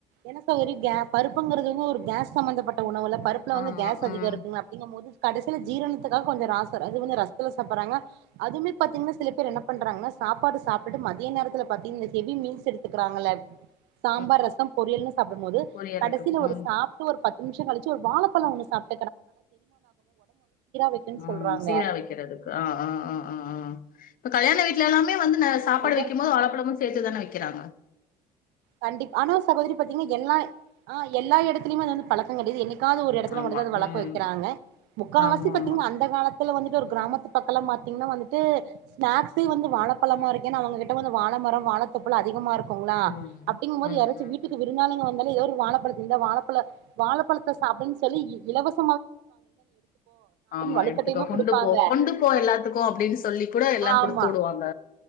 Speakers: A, on the right; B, on the left.
A: ஏன்ன சகோரி கே பருப்புங்கறது வந்து ஒரு கேஸ் சம்ம்பந்தப்பட்ட உணவுல பருப்புல வந்து
B: ஆமா
A: கேஸ் அதிகோ
B: ம்
A: இருக்குங்க அப்டிங்க மோது கடைசில ஜீரணத்துக்காக கொஞ்சோ ராசர் அதுவந்து ரசத்துல சப்பறாங்க அதுமே பாத்திங்கன்னா சில பேர் என்ன பண்றாங்க சாப்பாடு சாப்டுட்டு மதிய நேரத்துல பாத்தீங் ஹெவி மீல்ஸ் எடுத்து இருக்றாங்கள சாம்பார்
B: ம்,
A: ரச பொரியல்னு சாப்டும்போது
B: பொரியல்
A: கடசில
B: இருக்கு
A: ஒரு
B: ம்,
A: சாப்ட்டு ஒரு பத்து நிம் ஷ கழிச்சு ஒரு வாழப்பழ ஒன்னு சாப்ட் வைக்கும்ன்னு
B: ம்
A: சொல்றாங்க
B: சீரா வக்கிறதுதுக்கு ஆ ஆ ஆ ஆ ஆ கல்யாண வீடல எல்லாமே வந்து ந சாப்பாடு
A: ஒவ்வொரு
B: வைக்கும் போது வாழப்பழமு சேத்துதான வக்கிறாங்க
A: கண்டிப் ஆனா சகோதரி பாத்தீங்னா எல்லாஹ் ஆ எல்லா எடத்லைமே அது வந்து பழக்க கெடையாது எனனைக் காது ஒரு எடத்துல
B: ஆமா
A: மட்டுந்தா அது வளக்க
B: ம்
A: வக்கிறாங்க முக்காவாசி
B: ஆமா
A: பாத்தீங்னா
B: ஆமா
A: அந்த காலத்துல வந்து ஒரு கிராமத்து பக்கலா பாத்தீங்னா வந்துட்டு ஸ்நாக்ஸே வந்து வானழப்பழமா இருக்கு ஏனா அவங்ககிட்ட வந்து வாழமர வா த்தோப்புல அதிகமா இருக்குங்ளா
B: ம்
A: அப்டிங்கும்போது
B: ம்
A: யாராச்சு
B: ம்
A: வீட்டுக்கு வியருந்தாளிங்க வந் ந்தாலே எவரு வாழப்பழத்த இந்தா வாழப்பழ வாழப்பழத்த சப்டுன் சொல்லி இ இலவச
B: ஆமா
A: வலுக்கட்டாயமா
B: எடுத்துக்க கொண்டு
A: குடுப்பாங்க
B: போ கொண்டு போ எல்லாத்துக்கு அப்டின் சொல்லி கூட எல்லா குடுத்து
A: ஆமா
B: விடுவாங்க